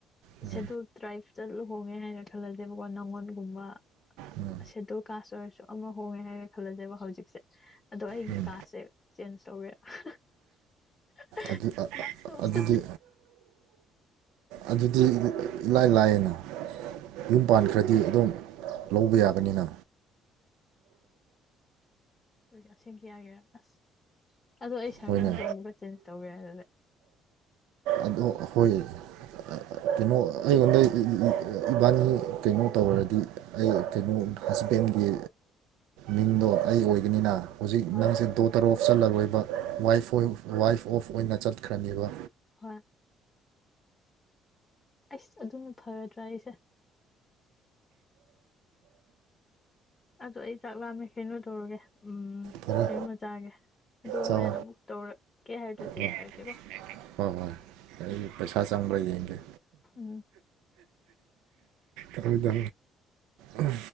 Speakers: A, on the right; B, on the left.
A: ꯎꯝ
B: ꯁꯦꯗꯨꯜ ꯇ꯭ꯔꯥꯏꯞꯇ ꯂꯨ ꯍꯣꯡꯉꯦ ꯍꯥꯏꯔ ꯈꯜꯂꯁꯦꯕꯀꯣ ꯅꯪꯉꯣꯟꯒꯨꯝꯕ
A: ꯎꯝ
B: ꯁꯦꯗꯨꯜ ꯀꯥꯁ ꯑꯣꯏꯔꯁꯨ ꯑꯃ ꯍꯣꯡꯉꯦ ꯍꯥꯏꯔ ꯈꯜꯂꯁꯦꯕ ꯍꯧꯖꯤꯛꯁꯦ ꯑꯗꯣ ꯑꯩꯒꯤ
A: ꯎꯝ
B: ꯀꯥꯁꯁꯦ ꯆꯦꯟꯖ ꯇꯧꯒꯦꯔ꯫
A: ꯑꯗꯨ
B: ꯂꯥꯁ ꯑꯣꯞꯁꯟ
A: ꯑꯗꯨꯗꯤ ꯑꯗꯨꯗꯤ ꯏꯂꯥꯏ ꯂꯥꯏꯌꯦꯅ ꯌꯨꯝ ꯄꯥꯟꯈ꯭ꯔꯗꯤ ꯑꯗꯨꯝ ꯂꯧꯕ ꯌꯥꯒꯅꯤꯅ
B: ꯑꯣꯏ ꯑꯥ ꯁꯦꯡ ꯀꯤ ꯌꯥꯒꯦ ꯑꯁ ꯑꯗꯣ ꯑꯩ ꯁꯥꯔꯅꯦꯝꯁꯨ
A: ꯍꯣꯏꯅꯦ
B: ꯑꯃꯨꯛꯀ ꯆꯦꯟꯖ ꯇꯧꯒꯦꯔ ꯑꯗꯨꯗꯤ
A: ꯑꯗꯣ ꯍꯣꯏ ꯀꯩꯅꯣ ꯑꯩꯉꯣꯟꯗ ꯏꯕꯥꯅꯤ ꯀꯩꯅꯣ ꯇꯧꯔꯗꯤ ꯑꯩ ꯀꯩꯅꯣ ꯍꯁꯕꯦꯟꯒꯤ ꯃꯤꯡꯗꯣ ꯑꯩ ꯑꯣꯏꯒꯅꯤꯅ ꯍꯧꯖꯤꯛ
B: ꯍꯣꯏ
A: ꯅꯪꯁꯦ ꯗꯣ ꯇꯔꯣ ꯑꯣꯐꯞ ꯆꯠꯂꯔꯣꯏꯕ ꯋꯥꯏꯐ ꯋꯥꯏꯐ ꯑꯣꯐ ꯑꯣꯏꯅ ꯆꯠꯈ꯭ꯔꯅꯦꯕ
B: ꯍꯣꯏ ꯑꯩꯁ ꯑꯗꯨꯝꯅ ꯐꯒꯗ꯭ꯔꯥ ꯑꯩꯁꯦ ꯑꯗꯨ ꯑꯩ ꯆꯥꯛ ꯂꯥꯝꯃꯦ ꯀꯩꯅꯣ ꯇꯧꯔꯒꯦ ꯎꯝ
A: ꯐꯔꯦ
B: ꯀꯩꯅꯣꯃꯆꯥꯥꯒꯦ ꯑꯗꯨꯒ
A: ꯆꯥꯎ
B: ꯍꯣꯔꯦꯟ ꯑꯃꯨꯛ ꯇꯧꯔꯛꯀꯦ ꯍꯥꯏꯗꯨꯣ ꯇꯦꯛꯁ
A: ꯍꯣꯏ
B: ꯊꯥꯔꯀꯦꯀꯣ
A: ꯍꯣꯏ ꯍꯣꯏ ꯄꯩꯁꯥ ꯆꯪꯔ ꯌꯦꯡꯒꯦ
B: ꯎꯝ
A: ꯑꯗꯨꯗ ꯎ